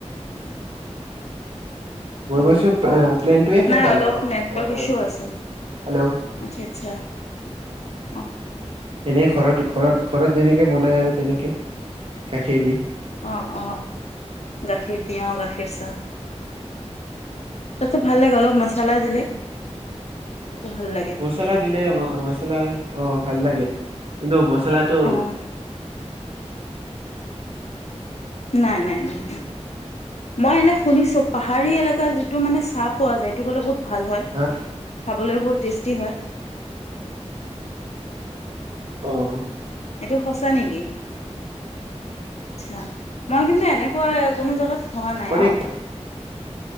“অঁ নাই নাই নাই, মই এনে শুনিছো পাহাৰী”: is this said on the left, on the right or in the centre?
Left